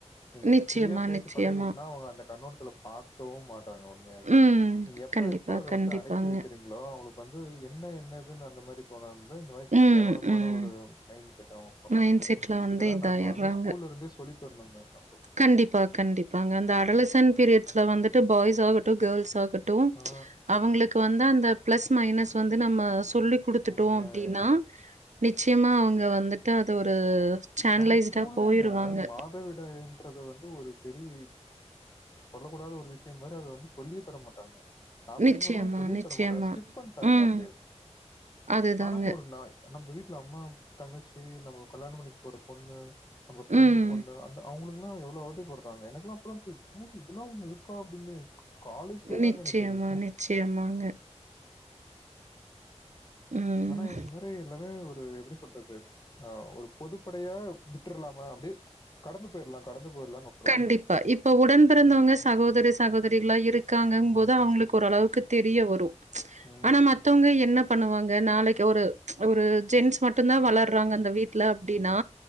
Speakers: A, on the left; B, on the right.
A: நீங்க
B: நிச்சயமா,
A: ப்ரீயா பேசி
B: நிச்சயமா.
A: பழகி கூட்னா அவுங்க அந்த கண்ணோடத்துல பாக்கவு மாட்டாங்க மே அது
B: ம்.
A: நீங்க எப்ப
B: கண்டிப்பா,
A: எப்ப அத
B: கண்டிப்பாங்க.
A: வந்து அடக்கி வெக்கிறீங்களோ அவுங்களுக்கு வந்து என்ன என்னதுன்னு அந்த மாரி தோன வந்து இந்த மாரி
B: ம்,
A: கேவலமான
B: ம்.
A: ஒரு மை செட் அவுங்க போறாங்க
B: மைண்ட் செட்ல வந்து
A: இதெல்லா
B: இதாயிர்றாங்க.
A: நம்ப வந்து ஸ்கூல் இருந்தே சொல்லித்தரணுங்க நம்
B: கண்டிப்பா கண்டிப்பாங்க அந்த அடலசன் பீரியட்ஸ்ல வந்துட்டு பாய்ஸ் ஆகட்டு கேர்ள்ஸ் ஆகட்டும்
A: ஆ
B: அவங்களுக்கு வந்து அந்த ப்ளஸ் மைனஸ் வந்து நம்ம சொல்லி குடுத்துட்டோ
A: உண்மையாவேங்க.
B: அப்டின்னா நிச்சயமா அவுங்க வந்துட்டு அது ஒரு சேனலைஸ்டா
A: நம்ம ஸ்கூல்லேங்க
B: போயிருவாங்க.
A: மாதவிடன்றத வந்து ஒரு பெரிய சொல்லக்கூடாத ஒரு விஷயம் மாரி அத வந்து சொல்லியே தரமாட்டாங்க நா படிக்கும்
B: நிச்சயமா,
A: போதல்லா சொல்லியே
B: நிச்சயமா.
A: தரமாட்டங்க ஸ்கிப் பண்ட்டாங்கங்க
B: ம்.
A: அப்டியே
B: அதுதாங்க.
A: ஆனாக்கு ஒரு நா நம்ம வீட்டுல அம்மா தங்கச்சி நம்ம கல்யாணோ பண்ணிக்க போற பொண்ணு நம்ம ஃப்ரெண்டு
B: ம்.
A: பொண்ணு அந்த அவுங்களுக்குல்லா எவ்ளோ அவதிப்படுறாங் ங்க எனக்குல்லா அப்புல்லா தெரியாது இதெல்லா ஒண்ண இருக்கா அப்டின்னு காலேஜ் போய்
B: நிச்சயமா,
A: தாங்க எனக்கு தெரியு
B: நிச்சயமாங்க. ம்.
A: ஆனா இந்த மாரி எல்லாமே ஒரு எப்டி சொல் றது ஒரு பொதுப்படையா விட்டுர்லாமா அப்டியே கடந்து போயிர்லா கடந்து போயிர்லான் நோ
B: கண்டிப்பா இப்ப உடன் பிறந்தவங்க சகோதரி சகோதரிகளா இருக்காங்க போது அவுங்களுக்கு ஒரளவுக்கு தெரிய வரு
A: ம்.
B: ஆனா மத்தவுங்க என்னப் பண்ணுவாங்க நாளைக்கு ஒரு ஒரு ஜென்ஸ் மட்டுந்தா வளர்றாங்க அந்த வீட்ல அப்டின்னா